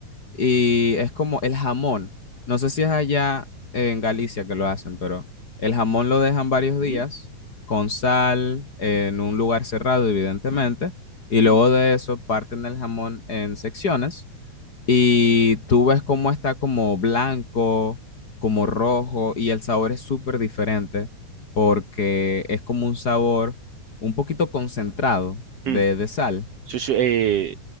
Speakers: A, on the left; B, on the right.
A: y es como el jamón. No sé si es allá en Galicia que lo hacen, pero el jamón lo dejan varios
B: ¿Mm?
A: días con sal en un lugar cerrado, evidentemente, y luego
B: ¿Mm?
A: de eso parten el jamón en secciones y tú ves cómo está como blanco, como rojo, y el sabor es súper diferente porque es como un sabor un poquito concentrado de,
B: ¿Mm?
A: de sal.
B: Eso es, eh,